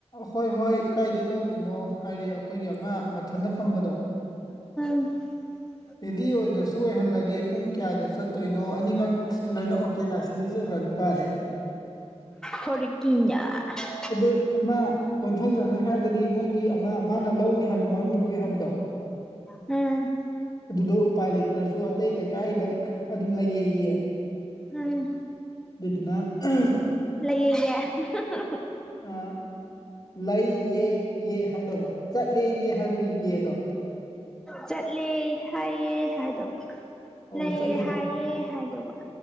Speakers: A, on the left; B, in the centre.
A: ꯍꯣꯏ ꯍꯣꯏ ꯀꯥꯏꯗꯩ ꯂꯧꯗꯨꯏꯅꯣ ꯍꯥꯏꯔꯦ ꯑꯈꯣꯏꯒꯤ ꯑꯃ ꯃꯊꯟꯇ ꯐꯝꯕꯗꯣ
B: <unintelligible>
A: ꯔꯦꯗꯤ ꯑꯣꯏꯗ꯭ꯔꯁꯨ ꯑꯣꯏꯍꯜꯂꯒꯦ ꯄꯨꯡ ꯀꯌꯥꯗ ꯆꯠꯇꯣꯏꯅꯣ ꯑꯅꯤꯃꯛ ꯁꯤ ꯂꯣꯏꯅ ꯑꯣ ꯀꯦ ꯇꯥꯁꯤꯜꯂꯤꯏꯖꯦ ꯎꯕ꯭ꯔꯥ ꯅꯨꯄꯥꯗꯦ
B: ꯐꯔꯦꯀꯤꯅꯣ_ __
A: ꯑꯗꯨ ꯑꯃ ꯀꯣꯟꯊꯧꯖꯝꯅ ꯍꯥꯏꯕꯗꯤ ꯃꯣꯏꯒꯤ ꯑꯃ ꯃꯥꯅ ꯂꯧꯅꯤ ꯍꯥꯏꯕ ꯃꯔꯨꯝ ꯀꯣꯛꯑꯦ ꯍꯥꯏꯕꯗꯣ
B: ꯎꯝ꯫
A: ꯑꯗꯨꯗꯣ ꯎꯄꯥꯏ ꯂꯩꯇ꯭ꯔꯁꯨ ꯑꯇꯩ ꯂꯩꯀꯥꯏꯗ ꯈꯔ ꯑꯗꯨꯝ ꯂꯩꯌꯦꯌꯦ
B: ꯎꯝ
A: ꯑꯗꯨꯗꯨꯅ ꯑ
B: ꯂꯩꯌꯦꯌꯦ <unintelligible>
A: ꯑ ꯂꯩꯌꯦ ꯌꯦ ꯍꯥꯏꯗꯧꯕ ꯆꯠꯂꯦ ꯌꯦ ꯍꯥꯏꯕꯒꯤ ꯌꯦꯗꯣ꯫
B: ꯆꯠꯂꯦ ꯍꯥꯏꯌꯦ ꯍꯥꯏꯗꯧꯕ꯫
A: ꯑꯣ
B: ꯂꯩꯌꯦ
A: ꯆꯠꯂꯦ
B: ꯍꯥꯏꯌꯦ
A: ꯍꯥꯏ
B: ꯍꯥꯏꯗꯧꯕ꯫